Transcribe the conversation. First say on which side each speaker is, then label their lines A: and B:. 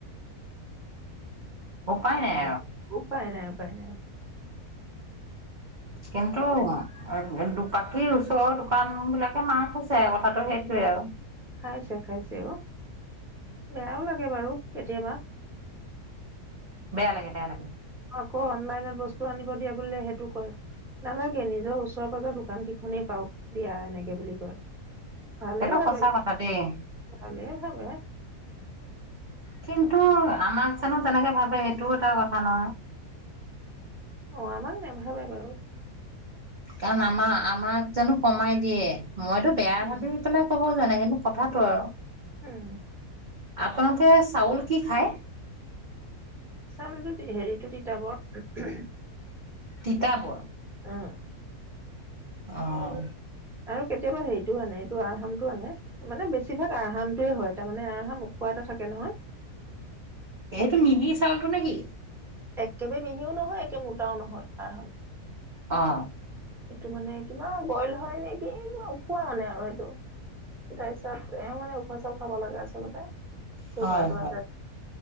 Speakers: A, on the right; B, in the centre.
A: উপায়
B: সেই
A: নাই
B: আৰু উপায় নাই। উপায় নাই।
A: কিন্তু। টো বাকিৰ ওচৰৰ দোকান বিলাকে মাৰ খাইছে কথাটো সেইটোৱে আৰু।
B: খাইছে খাইছে অহ বেয়াও লাগে বাৰু কেতিয়াবা।
A: বেয়া লাগে বেয়া লাগে।
B: আকৌ অনলাইনত বস্তু আনিব দিয়া বুলে সেইটো কয় নালাগে নিজৰ ওচৰে পাজৰে দোকান কেইখনেই পাওক দিয়া এনেকে বুলি কয়। ভালে
A: সেইটো
B: ভাবে
A: সঁচা কথা দেই
B: ভালে ভাবে।
A: কিন্তু আমাক জানো তেনেকে ভাবে সেইটোও এটা কথা নহয়।
B: অহ আমাক নেভাবে বাৰু।
A: কাৰণ আমাক আমাক জানো কমাই দিয়ে। মইতো বেয়া
B: উম
A: ভাবি পেলাই ক'ব। এনেকেনো কথাটো আৰু।
B: হম।
A: আপোনালোকে চাউল কি খায়‌‌।
B: চাউলটোত হেৰিটো তিতাবৰ।
A: তিতাবৰ।
B: অহ।
A: অহ।
B: আৰু কেতিয়াবা হেৰিটোও আনে এইটো আৰহামটো আনে মানে বেছিভাগ আৰহামটোয়ে হয় তাৰমানে আহাম উখোৱা এটা থাকে নহয়।
A: এইটো মিহি চাউলটো নেকি।
B: একেবাৰে মিহিও নহয় একে মোটাও নহয় আৰহাম।
A: অহ।
B: এইটো মানে কিবা বইল হয় নেকি কিবা উওখোৱা মানে আৰু সেইটো তাৰ পিছত এ মানে উওখোৱা চব খাব লাগে আচলতে। চুগাৰটো
A: হয় হয়।
B: আছে।